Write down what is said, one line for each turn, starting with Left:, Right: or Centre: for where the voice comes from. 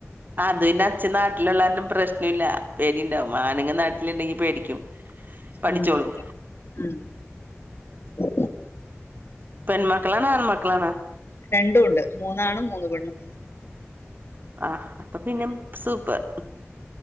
Right: അതു പിന്ന അച്ഛൻ നാട്ടിലുള്ളാരും പ്രശ്ന ഇല്ല പേടിണ്ടാവും ആണങ്ങ നാട്ടിലുണ്ടെങ്കി പേടിക്കും. പഠിച്ചോളും
Left: ഉം ഉം ഉ
Right: പെൺമക്കളാണോ ആൺമക്കളാണോ
Left: രണ്ടും ഉണ്ട് മൂന്നാണ് മൂന്ന് പെണ്ണു
Right: ആഹ് അപ്പൊ പിന്നെ സൂപ്പർ.